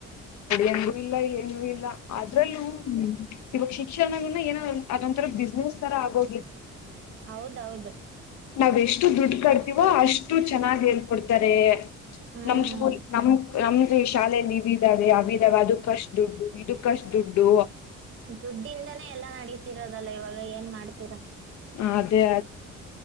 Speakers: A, on the left; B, on the right.
A: ಎಂಗು ಇಲ್ಲ ಏನುೂ ಇಲ್ಲ ಅದ್ರಲ್ಲೂ ಇವಾಗ ಶಿಕ್ಷಣನ್ನ ಏನೋ ಅದೊಂಂತರ ಬಿಸ್ನೆಸ್ ತರ ಆಗೋ
B: ಹೌದು ಹೌದು
A: ನಾವ್ ಎಷ್ಟು ದುಡ್ಡು ಕಟ್ಟುವೋ ಅಷ್ಟು ಚೆನ್ನಾಗಿ ಹೇಳ್ಕೊಡ್ತಾರೆ
B: ಹ್ಮ್
A: ನಮ್ ನಮ್ ನಮ್ ಶಾಲೆ ನೀವ ಇದಾವೆ ಅವ ಇದಾವೆ ಅದಕ್ಕ ಅಷ್ಟು ದುಡ್ಡು ಇದಕ್ಕಷ್ಟು ದುಡ್ಡು
B: ದುಡ್ಡಿಂದಾನೇ ಎಲ್ಲಾ ನಡೀತಿರೋದಲ್ಲ ಇವಾಗ ಏನ್ ಮಾಡ್ತೀರಾ
A: ಆದ